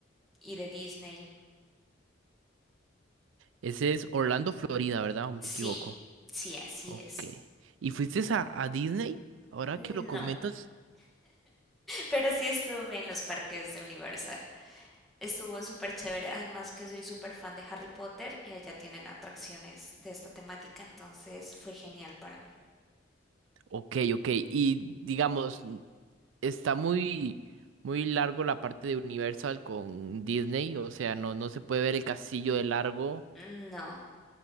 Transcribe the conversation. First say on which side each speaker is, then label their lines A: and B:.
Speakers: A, in the centre; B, on the right.
A: y de Disney.
B: Ese es Orlando, Florida, ¿verdad? ¿O me
A: Sí,
B: equivoco?
A: sí, así
B: Ok.
A: es.
B: ¿Y fuiste a, a Disney? Ahora
A: No,
B: que lo comentas.
A: Pero sí estuve en los parques de Universal. Estuvo súper chévere. Además que soy súper fan de Harry Potter y allá tienen atracciones de esta temática, entonces fue genial para mí.
B: Ok, ok. Y digamos. está muy, muy largo la parte de Universal con Disney, o sea, no, no se puede ver el castillo de largo.
A: Mm, No,